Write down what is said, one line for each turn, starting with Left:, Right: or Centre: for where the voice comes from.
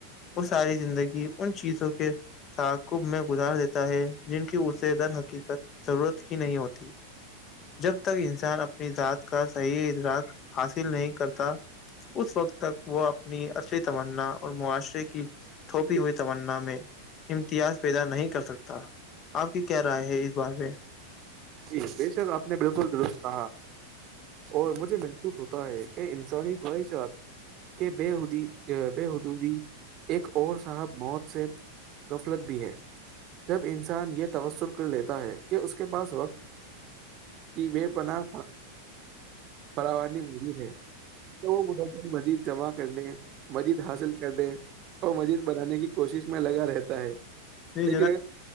Left: وہ ساری زندگی ان چیزوں کے ساتھ کبھ میں گزار دیتا ہے جن کی اسے در حقیقت ضرورت ہی نہیں ہوتی جب تک انسان اپنی ذات کا صحیح ادراک حاصل نہیں کرتا اس وقت تک وہ اپنی اصلی تمنا اور معاشرے کی تھوپی ہوئی تمنا میں تیاز پیدا نہیں کر سکتا آپ کی کیا رائے ہے اس بار میں
Right: جی بے شک آپ نے بالکل درست کہا اور مجھے ہوتا ہے کہ انسانی خواہشات کے بے حودی بے حدودی ایک اور صاحب موت سے غفلت بھی ہے جب انسان یہ توسر کر لیتا ہے کہ اس کے پاس وقت کی بے پناہ فراو مضی ہے تو وہ م مجید جمع کرنے مجید حاصل کرنے اور مزید بنانے کی کوشش میں لگا رہتا ہے
Left: جی
Right: لیکن